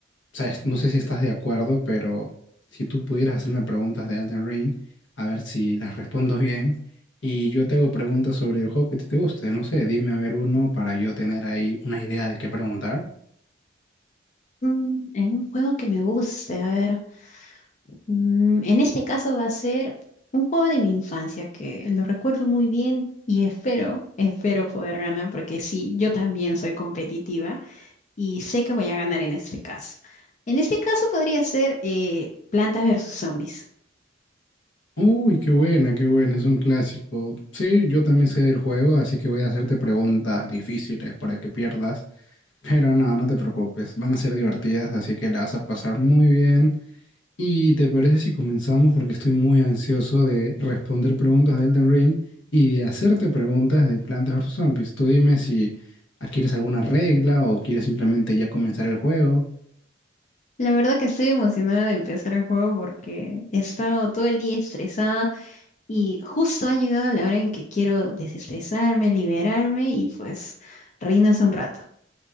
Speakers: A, on the left (about 80°); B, on the left (about 40°).
A: sabes, no sé si estás de acuerdo, pero si tú pudieras hacerme preguntas de Elden Ring, a ver si las respondo bien. Y yo te hago preguntas sobre el juego que te, te guste. No sé, dime a ver uno para yo tener ahí una idea de qué preguntar.
B: Mm, en un juego que me guste, a ver. mm, en este caso va a ser un juego de mi infancia que lo recuerdo muy bien y espero, espero poder ganar porque sí, yo también soy competitiva y sé que voy a ganar en este caso. En este caso podría ser eh, Plantas versus Zombies.
A: Uy, qué buena, qué buena, es un clásico. Sí, yo también sé del juego, así que voy a hacerte preguntas difíciles para que pierdas, pero no, no te preocupes, van a ser divertidas, así que la vas a pasar muy bien. ¿Y te parece si comenzamos? Porque estoy muy ansioso de responder preguntas de Elden Ring y de hacerte preguntas de Plantas vs Zombies. Tú dime si adquieres alguna regla o quieres simplemente ya comenzar el juego.
B: La verdad que estoy emocionada de empezar el juego porque he estado todo el día estresada y justo ha llegado la hora en que quiero desestresarme, liberarme y pues reinas un rato.